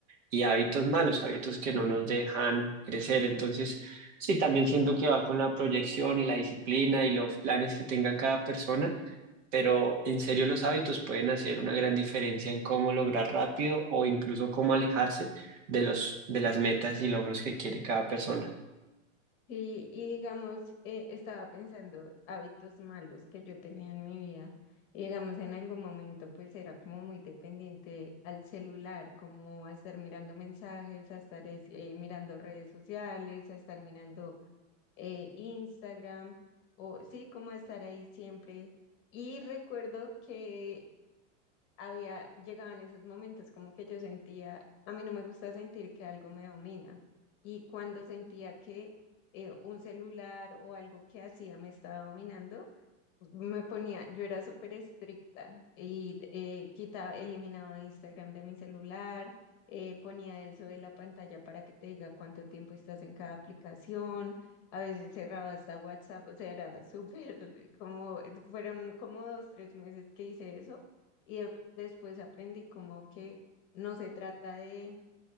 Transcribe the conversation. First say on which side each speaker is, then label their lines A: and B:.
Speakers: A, on the right (about 75°); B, on the left (about 30°).
A: y hábitos malos, hábitos que no nos dejan crecer. Entonces, sí, también siento que va con la proyección y la disciplina y los planes que tenga cada persona pero en serio los hábitos pueden hacer una gran diferencia en cómo lograr rápido o incluso cómo alejarse de los, de las metas y logros que quiere cada persona.
B: Sí, y digamos, eh, estaba pensando hábitos malos que yo tenía en mi vida. Y digamos, en algún momento pues era como muy dependiente al celular, como a estar mirando mensajes, a estar es- eh, mirando redes sociales, a estar mirando eh, Instagram, o sí, como estar ahí siempre. Y recuerdo que había llegado en esos momentos como que yo sentía, a mí no me gusta sentir que algo me domina. Y cuando sentía que eh, un celular o algo que hacía me estaba dominando, me ponía, yo era súper estricta y eh, quitaba, eliminaba Instagram de mi celular, eh, ponía eso de la pantalla para que te diga cuánto tiempo estás en cada aplicación, a veces cerraba hasta WhatsApp, o sea, era súper <laughs> como, fueron como dos, tres meses que hice eso y de- después aprendí como que no se trata de,